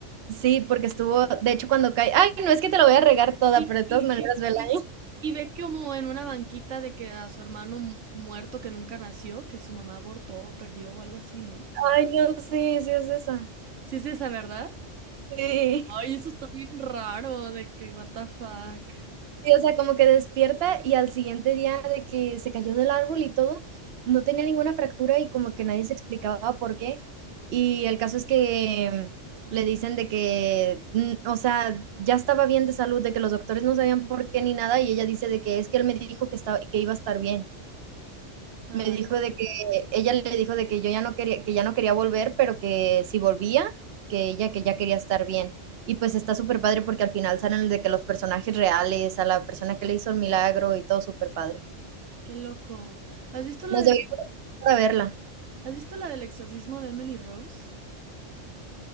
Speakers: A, on the right (about 60°); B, on the right (about 75°).
A: Sí, porque estuvo de hecho, cuando cae ay, no, es que te la voy a regar toda,
B: Y,
A: pero de
B: y,
A: todas maneras
B: y,
A: vela
B: y-
A: ahí.
B: y ve como en una banquita de que a su hermano mu- muerto que nunca nació, que su mamá abortó o perdió o algo así, ¿no?
A: Ay, no, sí, sí es esa.
B: Sí es esa, ¿verdad?
A: Sí.
B: Ay, eso está bien raro, de que what the fuck.
A: Sí, o sea, como que despierta y al siguiente día de que se cayó del árbol y todo, no tenía ninguna fractura y como que nadie se explicaba por qué. Y el caso es que mm, le dicen de que, mm, o sea, ya estaba bien de salud, de que los doctores no sabían por qué ni nada, y ella dice de que es que él me dijo que estaba que iba a estar bien.
B: Ah,
A: Me dijo de que ella le dijo de que yo ya no quería que ya no quería volver, pero que si volvía, que ella que ya quería estar bien. Y pues está súper padre porque al final salen de que los personajes reales, a la persona que le hizo el milagro y todo superpadre.
B: qué loco. ¿Has visto la
A: Nos
B: del,
A: deberíamos de juntar para verla.
B: ¿has visto la del exorcismo de Emily Rose?